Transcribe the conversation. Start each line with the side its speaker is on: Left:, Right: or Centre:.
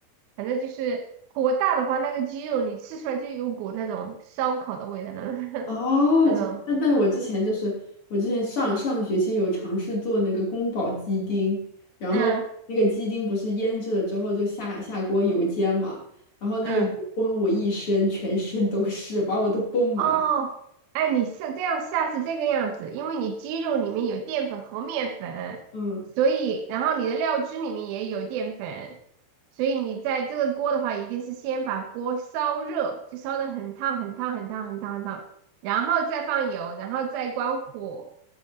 Right: 反正就是火大的话，那个鸡肉你吃出来就有股那种烧烤的味道了，<laughs>
Left: 哦，
Right: 那种，
Left: 这但但我之前就是我之前上上个学期有尝试做那个宫保鸡丁，然后那个鸡丁不是腌制了之后就下下锅油煎嘛，
Right: 嗯
Left: 然后那个油崩了我一身，
Right: 嗯。
Left: 全身都是，把我都崩麻。
Right: 哦，哎，你是这样下是这个样子，因为你鸡肉里面有淀粉和面粉，
Left: 嗯，
Right: 所以然后你的料汁里面也有淀粉，所以你在这个锅的话，一定是先把锅烧热，就烧的很烫很烫很烫很烫很烫，然后再放油，然后再关火。